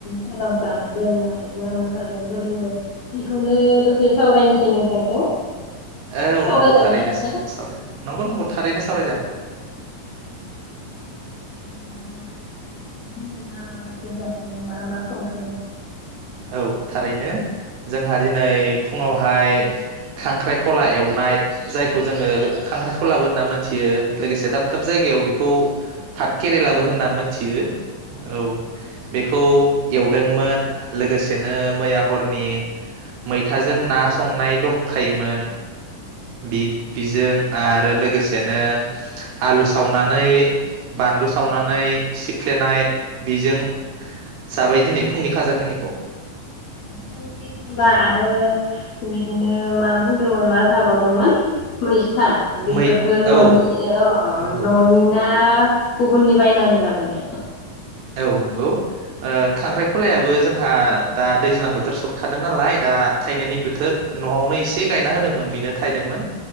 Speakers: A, on the left; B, on the right.
A: सानाव जानाय लोंनाय मा मा जादोंमोन बेखौनो दसे सावरायनोसै नोंथांजों।
B: औ
A: सावरायजागोन
B: नंगौ थारैनो
A: ना नोंथां?
B: सों-साव नंगौ नंगौ थारैनो सावरायजागोन।
A: ओम <unintelligible> दिनै मा मा ओंख्रै जाखो मा मा संखो?
B: औ थारैनो जोंहा दिनै फुङावहाय खांख्राइखला एवनाय जायखौ जोङो
A: औ
B: खांख्राइखलाबो होनना मोन थियो लोगोसे दाब दाब जायगायाव बेखौ पाट केरेलाबो होनना मोनथियो। औ बेखौ एवदोंमोन लोगोसेनो मैया हरनि मैथाजों
A: औ
B: ना संनाय दं दंखायोमोन। बि बिजों आरो लोगोसे बिदिनो आलु सावनानै बानलु सावनानै सिफ्लेनाय बिजों जाबाय दिनै फुंनि खाजाखिनिखौ।
A: खांख्रि खला आरो बिदिनो मा बुंदोंमोन मा जाबावदोंमोन मै था बेफोरखौ
B: मै औ
A: ननि ओ अ
B: नंगौ
A: ननि ना आ गुबुननि बायनानै लाबोनाय
B: औ नंगौ ओ खांख्राइ खलायाबो जोंहा दा दैज्लां बोथोर सफैखादों नालाय दा थायननायनि बोथोर नआवनो इसे गायना होदोंमोन बेनो थायदोंमोन